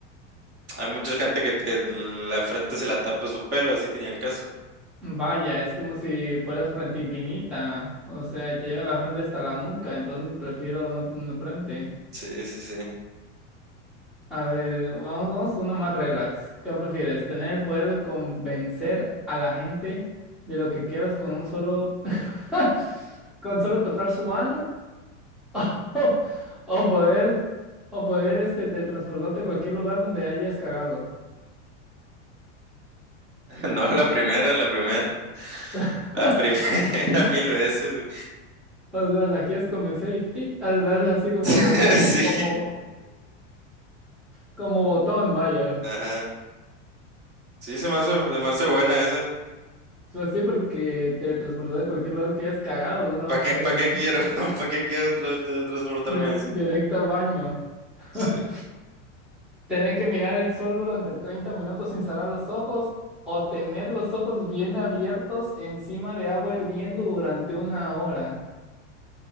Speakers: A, on the right (about 30°); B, in the centre.
A: hay mucha gente que, que la frente se la tapa su pelo, así que ni al caso.
B: vaya, es como si fueras frente infinita, o sea, y te llega la frente hasta la nuca, entonces prefiero no tener frente.
A: Sí, sí, sí.
B: A ver, eh, vamos, vamos con una más relax. ¿Qué prefieres? ¿Tener el poder de convencer a la gente de lo que quieras con un solo, <laughs> con solo tocar su mano? <laughs> ¿O, o poder, o poder este, teletransportarte a cualquier lugar donde hayas cagado?
A: <laughs> No, la primera, la primera.
B: <laughs>
A: La primera <laughs> mil veces.
B: O sea, la quieres convencer y tit, la haces así como,
A: güey.
B: como,
A: <laughs> Sí.
B: como, Como botón, vaya.
A: Ajá. Sí, se me hace, se me hace buena esa.
B: Pues sí, porque teletransportar a cualquier lugar que hayas cagado, ¿dónde vas
A: ¿Para qué,
B: a caer,
A: para qué
B: no?
A: quiero? <laughs> ¿Para qué quiero tra- tra- transportarme
B: De-
A: a eso?
B: directo al baño. <laughs>
A: Sí,
B: Tener que mirar el sol durante 30 minutos sin cerrar los ojos o tener los ojos bien abiertos encima de agua hirviendo durante una hora.